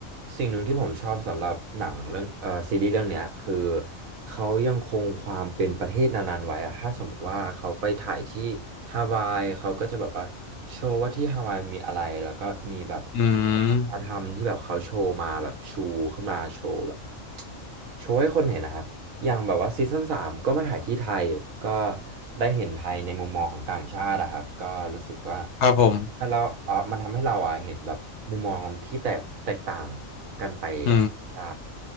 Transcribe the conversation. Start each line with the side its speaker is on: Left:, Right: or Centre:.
Right: สิ่งหนึ่งที่ผมชอบสำหรับหนังเรื่องเอ่อซีรีส์เรื่องเนี้ยคือเขายังคงความเป็นประเทศนานๆไว้อะถ้าสมมติว่าเขาไปถ่ายที่ฮาวายเขาก็จะแบบว่าโชว์ว่าที่ฮาวายมีอะไรแล้วก็มีแบบ
Left: อืม
Right: การทำที่แบบเขาโชว์มาแบบชูขึ้นมาโชว์แบบโชว์ให้คนเห็นนะครับ อย่างแบบว่าซีซั่นสามก็มาถ่ายที่ไทยก็ได้เห็นไทยในมุมมองของต่างชาติอะครับก็รู้สึกว่า
Left: ครับผม
Right: มันเราเออมันทำให้เราอะเห็นแบบมุมมองที่แตกแตกต่างกันไปอะได้
Left: อืม